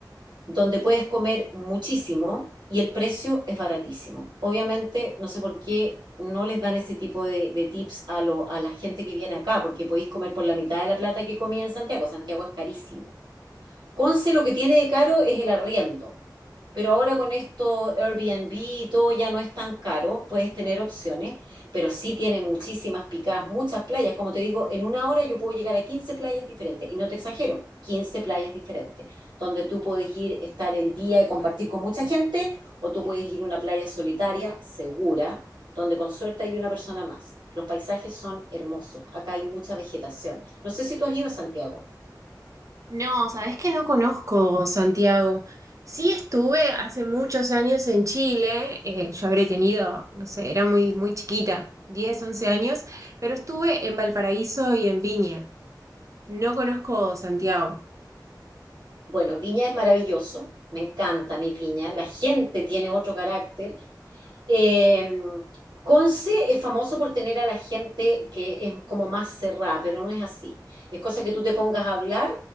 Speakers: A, on the right; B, on the right.
A: donde puedes comer muchísimo y el precio es baratísimo. Obviamente, no sé por qué no les dan ese tipo de, de tips a, lo- a la gente que viene acá, porque podéis comer por la mitad de la plata que comía en Santiago. Santiago es carísimo. Conce lo que tiene de caro es el arriendo. Pero ahora con esto Airbnb y todo ya no es tan caro, puedes tener opciones, pero sí tiene muchísimas picadas, muchas playas. Como te digo, en una hora yo puedo llegar a 15 playas diferentes, y no te exagero, 15 playas diferentes, donde tú puedes ir, estar el día y compartir con mucha gente, o tú puedes ir a una playa solitaria, segura, donde con suerte hay una persona más. Los paisajes son hermosos, acá hay mucha vegetación. No sé si tú has ido a Santiago.
B: No, sabés que no conozco Santiago. Sí estuve hace muchos años en Chile, eh, yo habré tenido, no sé, era muy, muy chiquita, 10, 11 años, pero estuve en Valparaíso y en Viña. No conozco Santiago.
A: Bueno, Viña es maravilloso, me encanta mi Viña, la gente tiene otro carácter. Eh, Conce es famoso por tener a la gente que es como más cerrada, pero no es así. Es cosa que tú te pongas a hablar